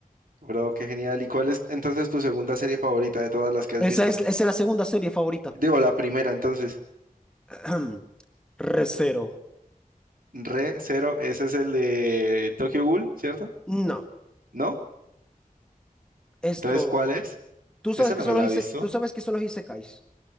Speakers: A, on the right; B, in the centre.
A: Bro, qué genial. ¿Y cuál es entonces tu segunda serie favorita de todas las que has
B: Esa
A: visto?
B: es, esa es la segunda serie favorita.
A: Digo, la primera, entonces.
B: <clears throat> Recero.
A: Re Zero, ese es el de Tokyo Ghoul, ¿cierto?
B: No,
A: ¿No?
B: esto.
A: Entonces, ¿cuál es?
B: Tú sabes
A: Esa no
B: que son
A: me la
B: los ise-
A: he visto.
B: tú sabes que son los isekais.